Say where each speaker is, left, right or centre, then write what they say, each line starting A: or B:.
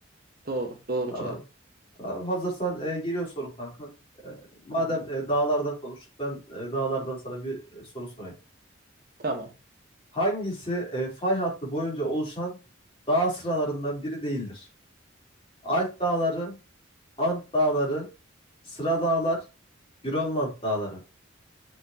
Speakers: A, on the right (about 50°); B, on the left (about 25°).
A: doğru, doğru
B: Tamam.
A: cevap.
B: Tamam hazırsan e, geliyor sorun kanka. E, madem
A: Hı hı.
B: e, dağlardan konuştuk ben e, dağlardan sana bir e, soru sorayım.
A: Tamam.
B: Hangisi e, fay hattı boyunca oluşan dağ sıralarından biri değildir? Alp dağları, Ant dağları, Sıra dağlar, Grönland dağları.